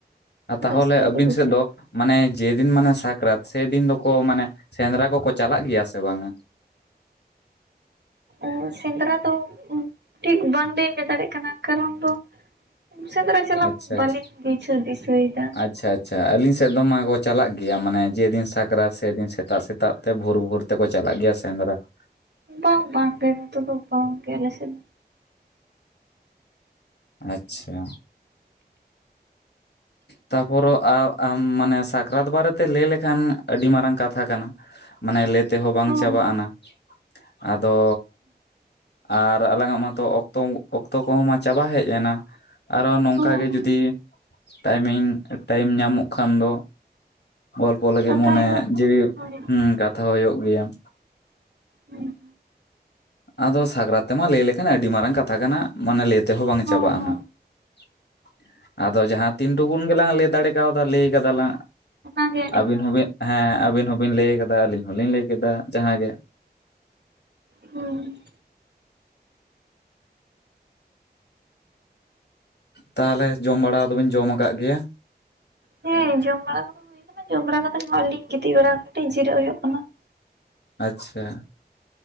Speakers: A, on the left; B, on the right.
A: ᱛᱟᱦᱚᱞᱮ
B: ᱨᱟᱹᱥᱠᱟᱹ
A: ᱟᱹᱵᱤᱱ
B: ᱜᱮ ᱵᱩᱡᱷᱟᱹᱜᱼᱟ
A: ᱥᱮᱜ ᱫᱚ ᱢᱟᱱᱮ ᱡᱮᱫᱤᱱ ᱢᱟᱱᱮ ᱥᱟᱠᱨᱟᱛ ᱥᱮᱫᱤᱱ ᱫᱚᱠᱚ ᱢᱟᱱᱮ ᱥᱮᱸᱫᱽᱨᱟ ᱠᱚᱠᱚ ᱪᱟᱞᱟᱜ ᱜᱮᱭᱟ ᱥᱮ ᱵᱟᱝᱼᱟ?
B: ᱚᱸ ᱥᱮᱸᱫᱽᱨᱟ ᱫᱚ ᱴᱷᱤᱠ ᱵᱟᱝ ᱞᱤᱧ ᱞᱟᱹᱭ ᱫᱟᱲᱮᱜ ᱠᱟᱱᱟ ᱠᱟᱨᱚᱱ ᱫᱚ ᱥᱮᱸᱫᱽᱨᱟ ᱪᱟᱞᱟᱣ ᱢᱟ
A: ᱟᱪᱪᱷᱟ
B: ᱵᱟᱹᱞᱤᱧ
A: ᱟᱪᱪᱷᱟ
B: ᱵᱩᱡᱷᱟᱹᱣ ᱫᱤᱥᱟᱹᱭᱮᱫᱟ ᱾
A: ᱟᱪᱪᱷᱟ ᱟᱪᱪᱷᱟ ᱟᱹᱞᱤᱧ ᱥᱮᱫ ᱫᱚ ᱢᱟᱠᱚ ᱪᱟᱞᱟᱜ ᱜᱮᱭᱟ ᱢᱟᱱᱮ ᱡᱮᱫᱤᱱ ᱥᱟᱠᱨᱟᱛ ᱥᱮᱫᱤᱱ ᱥᱮᱛᱟᱜ ᱥᱮᱛᱟᱜ ᱛᱮ ᱵᱷᱳᱨ ᱵᱷᱳᱨ ᱛᱮᱠᱚ ᱪᱟᱞᱟᱜ ᱜᱮᱭᱟ ᱥᱮᱸᱫᱽᱨᱟ ᱾
B: ᱱᱚᱛᱮ ᱫᱚ ᱵᱟᱝ ᱜᱮ ᱱᱚᱛᱮ ᱫᱚ ᱵᱟᱝᱜᱮ ᱟᱞᱮ ᱥᱮᱱ
A: ᱟᱪᱪᱷᱟᱻ ᱛᱟᱯᱚᱨᱚ ᱟᱨ ᱟᱢ ᱢᱟᱱᱮ ᱥᱟᱠᱨᱟᱛ ᱵᱟᱨᱮᱛᱮ ᱞᱮᱭ ᱞᱮᱠᱷᱟᱱ ᱟᱹᱰᱤ ᱢᱟᱨᱟᱝ ᱠᱟᱛᱷᱟ ᱠᱟᱱᱟ, ᱢᱟᱱᱮ ᱞᱮ ᱛᱮᱦᱚᱸ ᱵᱟᱝ
B: ᱦᱚᱸ
A: ᱪᱟᱵᱟᱜ ᱟᱱᱟ᱾ ᱟᱫᱚ ᱟᱨ ᱟᱞᱟᱝᱟᱜ ᱢᱟᱛᱚ ᱚᱠᱛᱚ ᱚᱠᱛᱚ ᱠᱚᱦᱚᱸ ᱢᱟ ᱪᱟᱵᱟ ᱦᱮᱡ ᱮᱱᱟ, ᱟᱨᱚ ᱱᱚᱝᱠᱟ
B: ᱦᱚᱸ
A: ᱜᱮ
B: ᱦᱚᱸ
A: ᱡᱩᱫᱤ ᱴᱟᱹᱭᱢᱤᱝ ᱴᱟᱭᱤᱢ ᱧᱟᱢᱚᱜ ᱠᱷᱟᱱ ᱫᱚ ᱜᱚᱞ ᱯᱚ ᱞᱟᱹᱜᱤᱫ
B: ᱠᱟᱛᱷᱟ
A: ᱢᱚᱱᱮ
B: ᱦᱩᱭᱩᱜᱼᱟ
A: ᱡᱤᱣᱤ
B: ᱦᱳᱭ
A: ᱦᱩᱸ ᱠᱟᱛᱷᱟ ᱦᱳᱭᱳᱜ ᱜᱮᱭᱟ ᱾
B: ᱦᱩᱸ,
A: ᱟᱫᱚ ᱥᱟᱠᱨᱟᱛ ᱛᱮᱢᱟ ᱞᱮᱭ ᱞᱮᱠᱷᱟᱱ ᱟᱹᱰᱤ ᱢᱟᱨᱟᱝ ᱠᱟᱛᱷᱟ ᱠᱟᱱᱟ, ᱢᱟᱱᱮ ᱞᱮᱭ ᱛᱮᱦᱚᱸ ᱵᱟᱝ
B: ᱦᱚᱸ
A: ᱪᱟᱵᱟᱜᱼᱟ
B: ᱦᱚᱸ
A: ᱱᱟᱜ ᱾ ᱟᱫᱚ ᱡᱟᱦᱟᱸ ᱛᱤᱱ ᱴᱩᱠᱩᱱ ᱜᱮᱞᱟᱝ ᱞᱮᱭ ᱫᱟᱲᱮ ᱠᱟᱣᱫᱟ ᱞᱮᱭ ᱠᱟᱫᱟᱞᱟᱝ ᱾
B: ᱚᱱᱟᱜᱮ ᱟᱹᱰᱤ
A: ᱟᱹᱵᱤᱱ
B: ᱢᱟᱨᱟᱝ
A: ᱦᱚᱸᱵᱤᱱ ᱦᱮᱸ ᱟᱹᱵᱤᱱ ᱦᱚᱸᱵᱤᱱ ᱞᱮᱭ ᱠᱟᱫᱟ, ᱟᱹᱞᱤᱧ ᱦᱚᱞᱤᱧ ᱞᱮᱭ ᱠᱮᱫᱟ, ᱡᱟᱦᱟ ᱜᱮ ᱾
B: ᱦᱩᱸ,
A: ᱛᱟᱦᱚᱞᱮ ᱡᱚᱢ ᱵᱟᱲᱟ ᱠᱚ ᱫᱚ ᱵᱤᱱ ᱡᱚᱢ ᱟᱠᱟᱜ ᱜᱮᱭᱟ?
B: ᱦᱮᱸ ᱡᱚᱢ ᱵᱟᱲᱟ ᱠᱚᱫᱚ ᱦᱩᱭ ᱠᱟᱱᱟ᱾ ᱡᱚᱢ ᱵᱟᱲᱟ ᱠᱟᱛᱮᱜ ᱜᱮ ᱦᱚᱜᱼᱚᱭ ᱞᱤᱧ ᱜᱤᱛᱤᱡ ᱵᱟᱲᱟ ᱠᱟᱹᱴᱤᱡ ᱡᱤᱨᱟᱹᱜ ᱦᱳᱭᱳᱜ ᱠᱟᱱᱟ ᱾
A: ᱟᱪᱪᱷᱟ ᱾